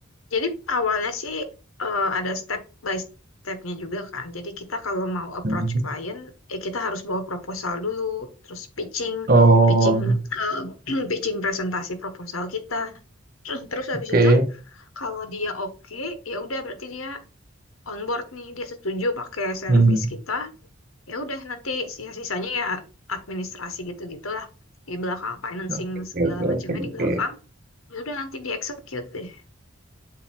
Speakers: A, on the left; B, on the right.
A: jadi awalnya sih eh, ada step by stepnya juga kan jadi kita kalau mau approach
B: Hmm.
A: klien eh, kita harus bawa proposal dulu terus pitching
B: Oh,
A: pitching eh, <clears throat> pitching presentasi proposal kita <clears throat> terus habis
B: Oke.
A: itu kalau dia oke ya udah berarti dia onboard nih dia setuju pakai service
B: Hmm.
A: kita ya udah nanti sisa-sisanya ya administrasi gitu-gitulah di belakang financing
B: Oke,
A: segala
B: oke,
A: macamnya
B: oke, oke.
A: di belakang ya udah nanti di execute deh